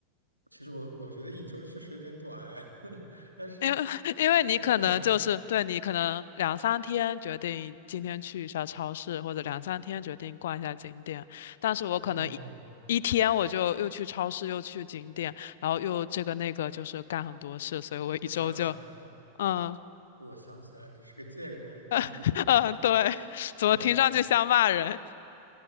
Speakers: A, on the right; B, on the left.
A: 其实我我觉得一周确实有点短哎，<laughs> 但是
B: 因为 <laughs> 因为你可能就是对你可能两三天决定今天去一下超市，
A: 我我可能
B: 或者两三天决定逛一下景点，但是我可能一一天我就又去超市又去景点，
A: 哦，
B: 然后又这个那个就是干很多事，所以我一周就
A: 我想起来了，
B: 嗯
A: 对，我想起来你是个贱人，<laughs>
B: <laughs> 嗯对，<laughs> 怎么听上去像骂人？
A: 对，